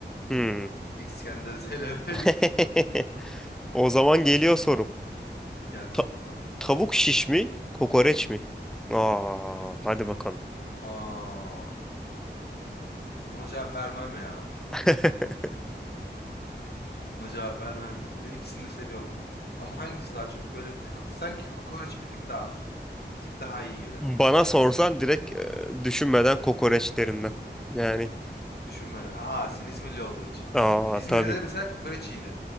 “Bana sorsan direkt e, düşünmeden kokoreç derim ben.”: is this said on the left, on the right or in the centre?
Centre